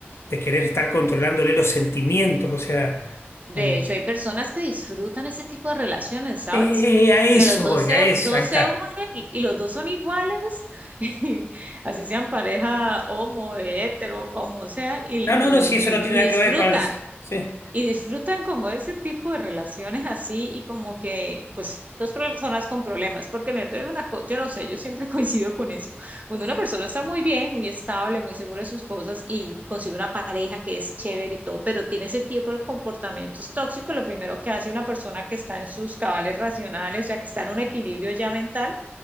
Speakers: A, on the left; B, on the right.
A: de querer estar controlándole los sentimientos, o sea,
B: De
A: mm,
B: hecho, hay personas que disfrutan ese tipo de relaciones, ¿sabes?
A: eh, eh, a eso
B: Que los dos
A: voy,
B: se,
A: a eso,
B: dos
A: ahí está.
B: se unen y, y los dos son iguales, <laughs> así sean pareja homo, hetero, como sea, y,
A: No, no,
B: y,
A: no, si eso
B: y,
A: no tiene
B: y
A: nada
B: disfrutan,
A: que ver con el... Sí,
B: y disfrutan como ese tipo de relaciones así y como que, pues, dos personas con problemas, porque me doy una cosa, yo no sé, yo siempre <laughs> coincido con eso. Cuando una persona está muy bien, muy estable, muy segura de sus cosas y consigue una pareja que es chévere y todo, pero tiene ese tipo de comportamientos tóxicos, lo primero que hace una persona que está en sus cabales racionales, o sea, que está en un equilibrio ya mental,